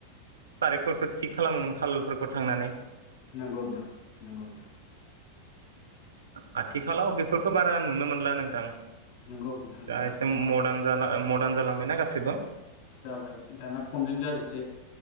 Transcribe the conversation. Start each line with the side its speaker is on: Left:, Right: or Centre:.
Right: तारिखफोरखो थिग खालामोमोन खालारफोरखौ थांनानै
Left: नंगौ नोंथां नंगौ नोंथां।
Right: आ
Left: बिदिनो
Right: आथिखालाव बेफोर खो बारा नुनो मोनला नोंथां।
Left: नंगौ नोंथां नंगौ।
Right: दा एसे मदार्न जाला ओ मदार्न जालांबायना गासिबो
Left: जाबाय दाना फनजों जाजोबसै।